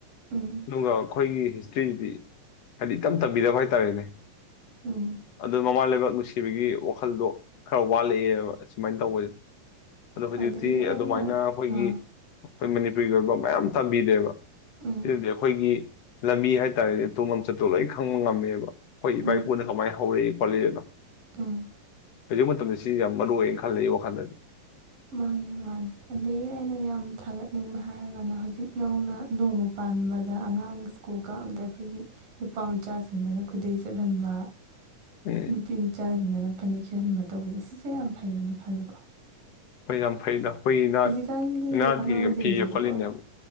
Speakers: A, on the right (about 80°); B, on the left (about 60°).
A: ꯎꯝ
B: ꯅꯨꯡꯒ ꯑꯩꯈꯣꯏꯒꯤ ꯍꯤꯁꯇ꯭ꯔꯤꯁꯤꯗꯤ ꯍꯥꯏꯗꯤ ꯏꯇꯝ ꯇꯝꯕꯤꯗꯕ ꯍꯥꯏꯇꯥꯔꯦꯅꯦ
A: ꯎꯝ
B: ꯑꯗꯨꯗ ꯃꯃꯥ ꯂꯩꯕꯥꯛ ꯅꯨꯡꯁꯤꯕꯒꯤ ꯋꯥꯈꯜꯗꯣ ꯈꯔ ꯋꯥꯠꯂꯛꯑꯦꯕ ꯑ ꯁꯨꯃꯥꯏꯅ ꯇꯧꯕꯁꯦ ꯑꯗꯣ ꯍꯧꯖꯤꯛꯇꯤ
A: ꯑꯗꯒꯤ ꯑꯩꯅ
B: ꯑꯗꯨꯃꯥꯏꯅ ꯑꯩꯈꯣꯏꯒꯤ
A: ꯑꯥ
B: ꯑꯩꯈꯣꯏ ꯃꯅꯤꯄꯨꯔꯔꯤꯒꯤ ꯑꯣꯏꯕ ꯃꯌꯥꯝ ꯇꯝꯕꯤꯔꯦꯕ
A: ꯎꯝ
B: ꯁꯤꯗꯗꯤ ꯑꯩꯈꯣꯏꯒꯤ ꯂꯝꯕꯤ ꯍꯥꯏꯇꯥꯔꯦꯅꯦ ꯑꯇꯣꯝ ꯂꯝꯆꯠꯇꯣ ꯂꯣꯏ ꯈꯪꯕ ꯉꯝꯃꯦꯕ ꯍꯣꯏ ꯏꯄꯥ
A: ꯎꯝ
B: ꯏꯄꯨꯅ ꯀꯃꯥꯏꯅ ꯍꯧꯔꯛꯏ ꯐꯂꯤꯗ
A: ꯎꯝ
B: ꯍꯧꯖꯤꯛ ꯃꯇꯝꯗ ꯁꯤ ꯌꯥꯝ ꯃꯔꯨ ꯑꯣꯏ ꯈ ꯂꯩꯩ ꯋꯥ ꯈꯥꯟꯗꯖꯦ
A: ꯃꯥꯅꯤ ꯃꯥꯅꯤ ꯑꯗꯒꯤ ꯑꯩꯅ ꯌꯥꯝ ꯊꯥꯒꯠꯅꯤꯡꯕ ꯍꯥꯏꯔꯒꯅ ꯍꯧꯖꯤꯛ ꯅꯧꯅ ꯅꯣꯡꯃ ꯄꯥꯟꯕꯗ ꯑꯉꯥꯡ ꯁ꯭ꯀꯨꯜ ꯀꯥꯕꯗ ꯑꯩꯈꯣꯏꯒꯤ ꯅꯨꯄꯥ ꯃꯆꯥꯁꯤꯡꯗꯨꯅ ꯈꯨꯗꯩ ꯆꯠꯍꯟꯕ
B: ꯎꯝ
A: ꯅꯨꯄꯤ ꯃꯆꯥꯥꯦꯅ ꯐꯅꯦꯛ ꯈꯍꯟꯕ ꯇꯧꯕꯁꯦ ꯁꯤꯁꯦ ꯌꯥꯝ ꯐꯩꯌꯦꯅ ꯈꯜꯂꯦꯀꯣ
B: ꯍꯣꯏ ꯌꯥꯝ ꯐꯩꯗ ꯑꯩꯈꯣꯏꯒꯤ ꯅꯥꯠ
A: ꯍꯧꯖꯤꯛꯀꯥꯟꯒꯤ
B: ꯅꯥꯠꯀꯤ
A: ꯑꯉꯥꯡꯁꯤꯡꯁꯦꯀꯣ
B: ꯌꯥꯝ ꯐꯤꯌꯦ ꯈꯣꯠꯂꯤꯅꯦꯕ